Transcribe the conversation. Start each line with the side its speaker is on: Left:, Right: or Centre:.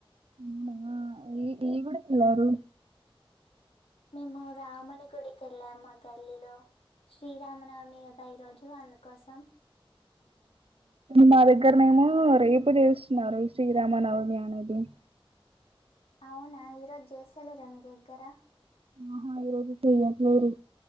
Right: అవునా ఈ ఈ గుడికెలారు
Left: మేమా రాముని గుడికెళ్ళాం మా గల్లీలో శ్రీరామనవమి కదా ఈరోజు అందుకోసం
Right: మా దగ్గరనేమో రేపు చేస్తున్నారు శ్రీరామ నవమి అనే మ్
Left: అవునా ఈరోజు చేస్తలేరా మీ దగ్గర
Right: ఆహా ఈ రోజు చెయట్లేరు